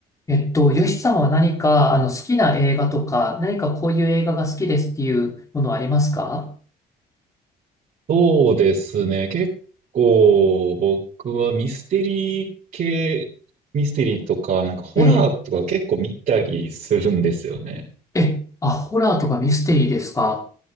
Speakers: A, on the left; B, on the right.
A: えっと、ヨシさんは何か、あの、好きな映画とか、何かこういう映画が好きですっていうものありますか
B: そうですね。結構僕はミステリー系、ミステリーとか、なんかホラーとか結構見たりするんですよね。
A: ええ、え、あ、ホラーとかミステリーですか